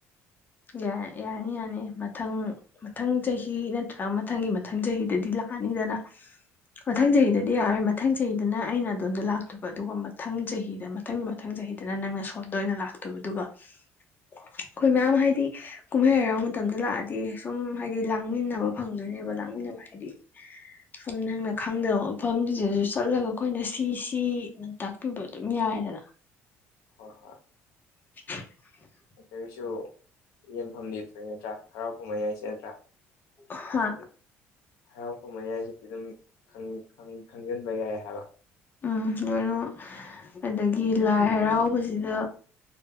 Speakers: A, on the left; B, on the left.
A: ꯌꯥ ꯌꯥꯅꯤ ꯌꯥꯅꯤ ꯃꯊꯪ ꯃꯊꯪ ꯆꯍꯤ ꯅꯠꯇ꯭ꯔꯒ ꯃꯊꯪꯒꯤ ꯃꯊꯪ ꯆꯍꯤꯗꯗꯤ ꯂꯥꯛꯑꯅꯤꯗꯅ ꯃꯊꯪ
B: ꯎꯝ
A: ꯆꯍꯤꯗ ꯗꯤ ꯌꯥꯔꯣꯏ ꯃꯊꯪ ꯆꯍꯤꯗꯅ ꯑꯩꯅ ꯑꯗꯣꯟꯗ ꯂꯥꯛꯇꯣꯏꯕ ꯑꯗꯨꯒ ꯃꯊꯪ ꯆꯍꯤꯗ ꯃꯊꯪꯒꯤ ꯃꯊꯪ ꯆꯍꯤꯗ ꯇꯨꯅ ꯅꯪꯅ ꯁꯣꯝꯗ ꯑꯣꯏꯅ ꯂꯥꯛꯇꯣꯏꯕ ꯑꯗꯨꯒ ꯑꯩꯈꯣꯏ ꯃꯌꯥꯝ
B: ꯎꯝ
A: ꯍꯥꯏ ꯗꯤ ꯀꯨꯝꯍꯩ ꯍꯔꯥꯎ ꯃꯇꯝꯗ ꯂꯥꯛꯑꯗꯤ ꯁꯨꯝ ꯍꯥꯏꯗꯤ ꯂꯥꯡꯃꯤꯟꯅꯕ ꯐꯪꯗꯣꯏꯅꯦꯕ ꯂꯥꯡꯃꯤꯟꯅꯕ ꯍꯥꯏꯗꯤ ꯁꯨꯝ ꯅꯪꯅ ꯈꯪꯗꯕ ꯃꯐꯝꯖꯤꯗꯁꯨ ꯆꯠꯂꯒ ꯑꯈꯣꯏꯅ ꯁꯤ ꯁꯤ ꯇꯥꯛꯄꯤꯕ ꯑꯗꯨꯝ ꯌꯥꯏꯗꯅ
B: ꯍꯣꯏ ꯍꯣꯏ
A: <inaudible>
B: ꯑꯗꯨꯏꯁꯨ ꯌꯦꯡꯐꯝꯗꯤ ꯊꯣꯛꯏ ꯅꯠꯇ꯭ꯔ ꯍꯔꯥꯎ ꯀꯨꯝꯍꯩ ꯍꯥꯏꯁꯤ ꯅꯠꯇ꯭ꯔ
A: ꯍꯥ
B: ꯍꯔꯥꯎ ꯀꯨꯝꯍꯩ ꯍꯥꯏꯁꯤꯗꯤ ꯑꯗꯨꯝ ꯈꯪ ꯈꯪ ꯈꯪꯖꯤꯟꯕ ꯌꯥꯏ ꯍꯥꯏꯕ
A: ꯎꯝ ꯂꯣꯏꯅꯃꯛ ꯑꯗꯒꯤ ꯂꯥꯏ ꯍꯔꯥꯎꯕꯖꯤꯗ